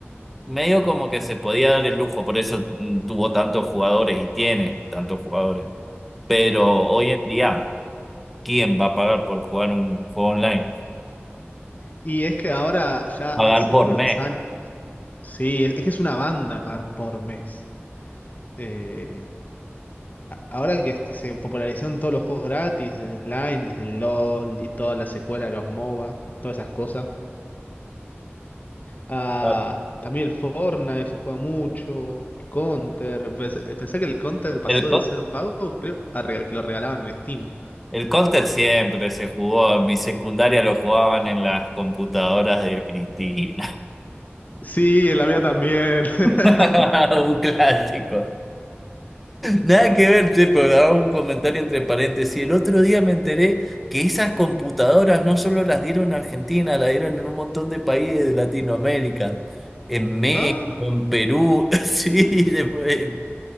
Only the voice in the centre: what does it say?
medio como que se podía dar el lujo, por eso mm, tuvo tantos jugadores y tiene tantos jugadores. Pero hoy en día, ¿quién va a pagar por jugar un juego online?
Pagar
por
mes.
Ah,
El, co-
el Counter siempre se jugó, en mi secundaria lo jugaban en las computadoras de Cristina.
<laughs> Un clásico. Nada que ver, che, pero daba un comentario entre paréntesis. El otro día me enteré que esas computadoras no solo las dieron en Argentina, las dieron en un montón de países de Latinoamérica, en México,
en Perú, <laughs> sí, después,